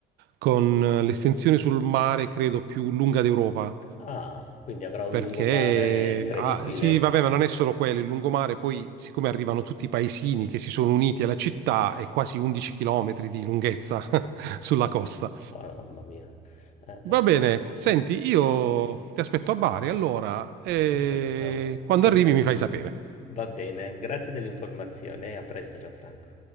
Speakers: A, on the right; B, on the left.
A: con eh, l'estensione sul mare, credo, più lunga d'Europa.
B: Ah, quindi avrà un
A: Perché,
B: lungomare incredibile.
A: ah, sì, vabbè, ma non è solo quello, il lungomare, poi siccome arrivano tutti i paesini che si sono uniti alla città, è quasi 11 chilometri di lunghezza <laughs> sulla costa.
B: Pa mamma mia. Eh,
A: Va
B: eh,
A: bene,
B: eh.
A: senti, io ti aspetto a Bari, allora, e
B: Perfetto.
A: quando
B: Cos
A: arrivi mi fai sapere.
B: va bene, grazie dell'informazione e a presto Gianfranco.